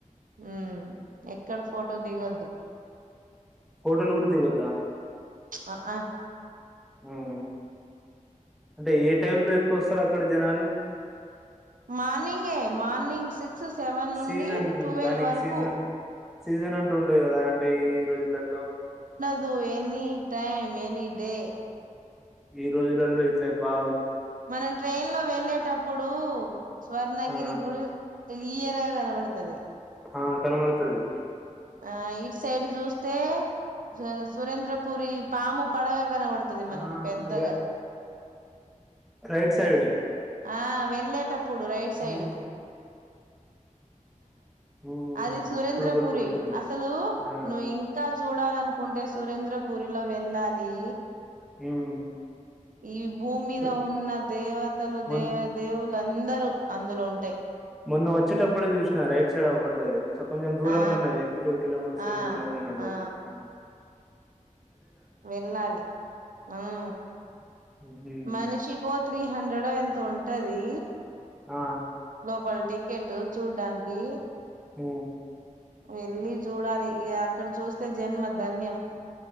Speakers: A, on the right; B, in the centre.
A: ఉమ్ ఎక్కడ ఫోటో దిగొద్దు
B: ఫోటోల్ కూడా దిగద
A: ఆ ఆ
B: ఉమ్ అంటే ఏ టై లో ఎక్కువ వస్తారు అక్కడ జనాలు
A: మార్నింగ్ ఏ మార్నింగ్ సిక్స్ సెవెన్ నుండి
B: సీజన్
A: ట్వెల్వ్
B: దానికి
A: వరకు
B: సీజన్ సీజన్ అంట ఉంట కదా అంటే ఈ రోజులలో
A: అందు ఎనీ టైమ్ ఎనీ డే
B: ఈ రోజులలో ఇట్ల బా
A: మనం ట్రైన్ లో వెళ్ళేటప్పు ప్పుడు స్వర్ణగరి
B: ఆ
A: గురు క్లియరా కనపడతది
B: ఆ కనబడుతది
A: ఆ ఇట్ సైడ్ చూస్తే స సురేంద్రపుూరి పాము పడగా కనపడుతుది మనకు
B: ఆ
A: పెద్దగా
B: రై రైట్ సైడ్
A: ఆ వెళ్ళేటప్ ప్పుడు రైట్ సైడ్
B: ఉమ్ ఉమ్,
A: అది
B: ఉమ్.
A: సురేంద్రపురి
B: ఇప్పుడు గుర్తుకొచ్చింది
A: అసలు
B: ఆ
A: నువ్వు ఇంకా చూడాలను కుంటె సురేంద్ర పూరిలో వెళ్ళాలి
B: ఉమ్
A: ఈ భూమిద
B: సరే.
A: ఉన్న దేవతలు దే
B: మొన్
A: దేవులు అందరూ అందులో ఉంటాయి
B: మొన్న వచ్చేటప్పుడే చూసిన రైట్ సైడ్ అవ్వబడ్డది. కొంచెం దూరంలో
A: ఆ
B: ఉన్నాయి. టూ కిలోమీటర్స్
A: ఆ
B: ఏం దూరంలో ఉన్నాయి లోపలి
A: ఆ
B: అ
A: వెళ్ళాలి ఉం
B: ఉహు
A: మనిషి కో త్రీ హండ్రెడ్ ఎంత ఉంటది.
B: ఆ
A: లో పాలిటిక్ కెట్టు చూడ్డానికి
B: ఊ
A: వెళ్ళి చూడాలి. ఇక అక్కడ చూస్తే జన్మ ధన్యం.